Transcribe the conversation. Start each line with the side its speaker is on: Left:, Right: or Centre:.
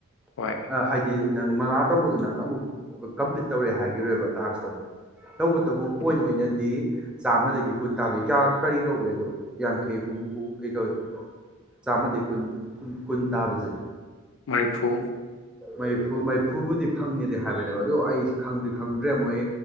Left: ꯍꯣꯏ
Centre: ꯍꯥꯏꯗꯤ ꯅꯪ ꯃꯉꯥ ꯇꯧꯕꯗꯣ ꯅꯪ ꯑꯃꯨꯛ ꯀꯝꯄ꯭ꯂꯤꯠ ꯇꯧꯔꯦ ꯍꯥꯏꯈꯤꯔꯣꯏꯕ ꯇꯥꯛꯁꯇꯣ ꯇꯧꯕꯇꯕꯨ ꯄꯣꯏꯟ
Left: ꯎꯝ
Centre: ꯑꯣꯏꯅ ꯆꯥꯝꯃꯗꯒꯤ ꯀꯨꯟ ꯇꯥꯗꯣꯏ ꯀꯌꯥ ꯀꯔꯤ ꯀꯧꯒꯦ ꯑꯗꯣ ꯌꯥꯡꯈꯩ ꯍꯨꯝꯐꯨ ꯀꯩ ꯀꯧꯏ ꯆꯥꯝꯃꯗꯒꯤ ꯀꯨ ꯀꯨꯟ ꯇꯥꯕꯁꯦ
Left: ꯃꯔꯤꯐꯨ
Centre: ꯃꯩꯐꯨ ꯃꯩꯐꯨꯕꯨꯗꯤ ꯐꯪꯉꯦꯗ ꯍꯥꯏꯕꯅꯦꯕ ꯑꯗꯨ ꯑꯩ ꯈꯪꯗꯗꯤ ꯈꯪꯗ꯭ꯔꯦ ꯃꯣꯏ